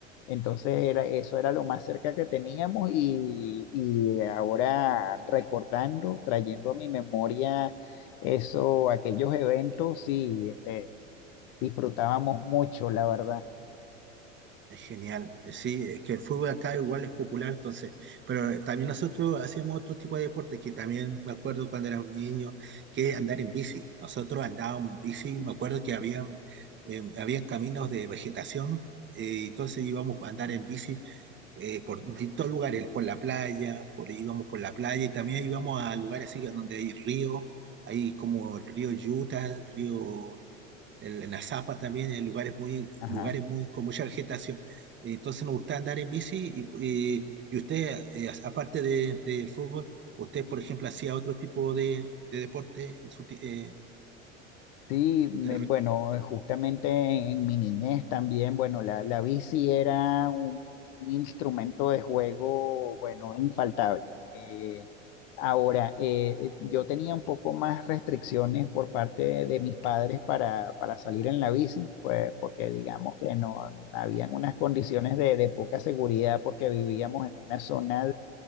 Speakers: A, on the left; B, on the right.
A: Entonces era, eso era lo más cerca que teníamos y, y ahora recordando, trayendo a mi memoria eso, aquellos eventos, sí, este, disfrutábamos mucho, la verdad.
B: Es genial, eh, sí, es que el fútbol acá igual es popular, entonces, pero eh, también nosotros hacíamos otro tipo de deporte que también me acuerdo cuando éramos niños, que andar en bici. Nosotros andábamos en bici, me acuerdo que habían, eh, habían caminos de vegetación, eh, entonces íbamos a andar en bici eh, por distintos lugares, por la playa, por, íbamos por la playa y también íbamos a lugares así que donde hay ríos, hay como el río Yuta, el río el- en la Zapa también, en lugares muy,
A: Ajá.
B: lugares muy, con mucha vegetación. Entonces nos gusta andar en bici y, y- y usted, eh, aparte de, del fútbol, usted, por ejemplo, hacía otro tipo de, de deporte en su, ti- eh,
A: Sí, me-
B: de recuerdo.
A: bueno, eh, justamente en mi niñez también, bueno, la, la bici era un, un instrumento de juego, bueno, infaltable. Eh, ahora, eh, yo tenía un poco más restricciones por parte de, de mis padres para, para salir en la bici, pues porque digamos que no habían unas condiciones de, de poca seguridad porque vivíamos en una zona